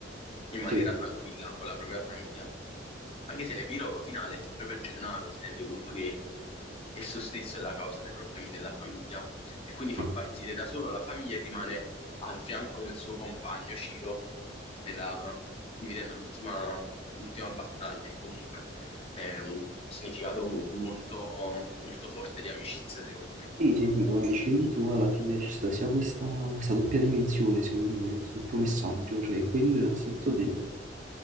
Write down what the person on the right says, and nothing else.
sì,
sì.
Sì, sì, sì, come dicevi tu, alla fine ci sta sia questa, questa doppia dimensione, secondo me, del tuo messaggio, cioè quello innanzitutto del-